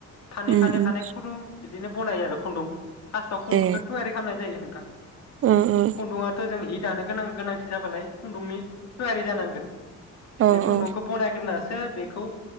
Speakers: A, on the left; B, on the right.
A: फानै
B: उम
A: फानै
B: उम
A: फानै खुन्दुं बिदिनो बनायो आरो खुन्दुं फास्टआव खुन्दुंखौ
B: ए
A: थयारि खालामनाय जायो नों <inaudible>
B: ओ ओ
A: खुन्दुआथ जों हि दानो गोनां गोनांथि जाबालाय खुन्दुंनि थयारि जानांगोन
B: औ
A: बे खुन्दुंखौ
B: औ
A: बनायग्रोनासो सो बेखौ